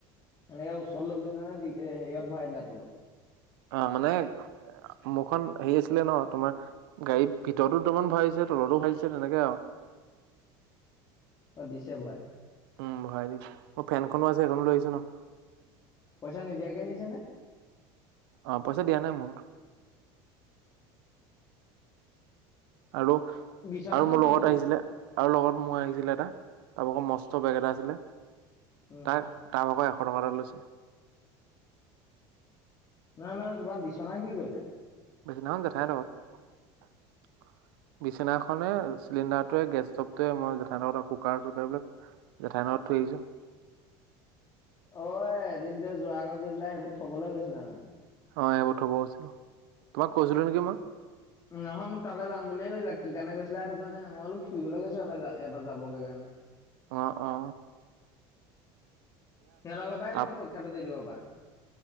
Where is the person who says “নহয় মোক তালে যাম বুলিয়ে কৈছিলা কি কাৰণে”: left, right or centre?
Left